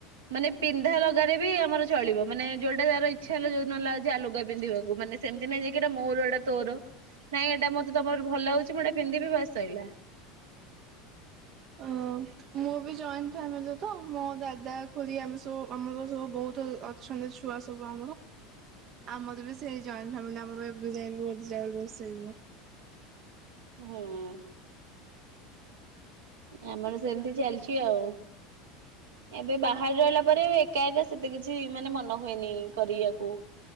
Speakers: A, on the right; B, on the right.
A: ମାନେ ପିନ୍ଧା ଲଗାରେ ବି ଆମର ଚଳିବ। ମାନେ ଯୋଉଟା ଯାର ଇଚ୍ଛା ହେଲା ଯୋଉ ନ ଲାଗ ଆ ଲୁଗା ପିନ୍ଧିବାକୁ ମାନେ ସେମିତି ନାଇକି ଯେ ଏଟା ମୋର ଏଟା ତୋର ନାଇଁ ଏଇଟା ମତେ ତମର ଭଲ ହଉଛି ମୁଁ ଏଟା ପିନ୍ଧି ଦେବି ବାସ୍ ସଇଲା।
B: ଅ ମୁଁ ବି ଜଏଣ୍ଟ ଫ୍ୟାମିଲି ତ ମୋ ଦାଦା ଖୁଡ଼ି ଆମେ ସବୁ ଆମର ତ ସବୁ ବହୁତ ଅଛନ୍ତି ଛୁଆ ସବୁ ଆମର। ଆମର ବି ସେଇ ଜଏଣ୍ଟ ଫ୍ୟାମିଲି ଆମର ଏବେ ଯାଏଁ ବି ଗୋଟେ ଜାଗାରେ ରଷେଇ ହୁଏ।
A: ହୁଁ ଆମର ସେମିତି ଚାଲିଛି ଆଉ ଏବେ ବାହାରେ ରହିଲା ପରେ ଏକା ଏକା ସେତେ କିଛି ମାନେ ମନ ହୁଏନି କରିବାକୁ